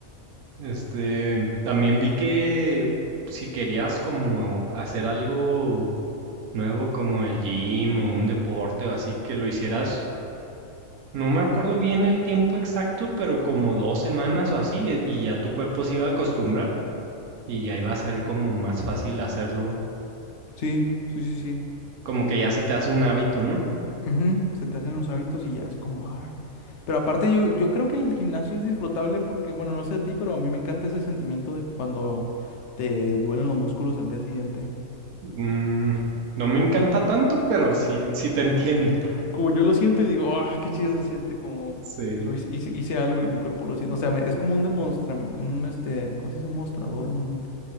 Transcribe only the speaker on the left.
Sí, sí, sí, sí.
Ujú, Se te hacen los hábitos y ya es como, ay. Pero aparte yo, yo creo que el gimnasio es disfrutable porque, bueno, no sé a ti, pero a mí me encanta ese sentimiento de cuando te duelen los músculos al día siguiente.
como yo lo siento y digo, ah, qué chido se siente como
lo hice, hice, hice algo y mi cuerpo lo siente. O sea, me- es como un demonstra, un este, ¿cómo se dice? Un mostrador, un,